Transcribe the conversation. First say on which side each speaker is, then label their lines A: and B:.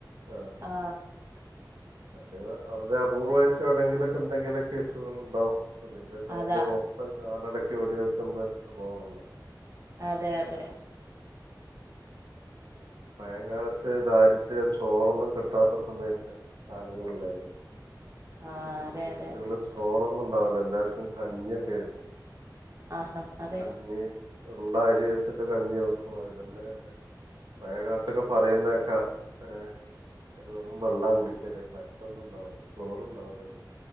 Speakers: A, on the right; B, on the right.
A: ആഹ്
B: ആ
A: അത് വളരെ അപൂർവ്വയിട്ട് എവിടെങ്കിലൊക്കെ എന്തെങ്കിലൊ കേസുകൾ ഉണ്ടാവും അതിന്റെ പേരില്
B: അതാ
A: മൊത്തം കാടട ഇവിടെ ഓരോരുത്തൻ മാരുടെ സ്വഭവണല്ലോ.
B: അതെ അതെ
A: പഴയകാലത്ത് ദാരിദ്ര്യ ചോറൊന്നും കിട്ടാത്ത സമയത്ത് കാലങ്ങളുണ്ടായിരുന്നു
B: ആഹ് അതെ
A: വിട്ട്കളിൽ
B: അതെ
A: ചോർ റൊന്നും ഉണ്ടാവില്ല എല്ലാർക്കും കഞ്ഞിയൊക്കെ ആരിക്കും
B: ആഹാ അതെ
A: കഞ്ഞി ഉള്ള അരി വെച്ചി നിട്ട് കഞ്ഞി വെക്കു ആതിലൊന്നേ എല പഴയകാലത്തൊക്കെ പറയുന്നകെക്ക അ വെറും വെള്ള കുടിക്കല് വറ്റൊന്നും ഉണ്ടാവില്ല ചോറണ്ടാവില്ലന്ന്